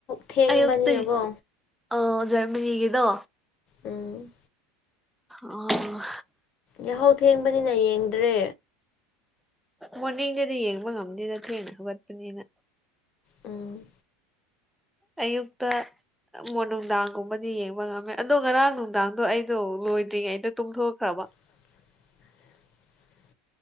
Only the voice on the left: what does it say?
ꯊꯦꯡꯕꯅꯤꯅꯀꯣ
ꯎꯝ
ꯌꯥꯍꯧ ꯊꯦꯡꯕꯅꯤꯅ ꯌꯦꯡꯗ꯭ꯔꯦ
ꯎꯝ
<inaudible>